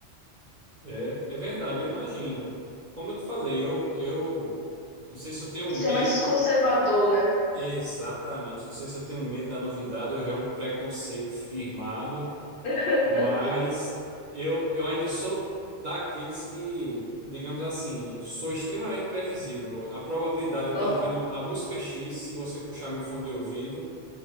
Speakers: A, on the right; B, on the left.
A: É, é verdade, eu imagino. Como eu te falei, eu, eu não sei se eu tenho
B: Você
A: medo
B: é mais conservador, né?
A: exatamente, não sei se eu tenho medo da novidade, eu já é um preconceito firmado,
B: <laughs>
A: mas eu, eu ainda sou daqueles que, digamos assim, sou extremamente previsível. A probabilidade de eu estar
B: Uhum.
A: ouvindo a música X, se você puxar meu fone de ouvido,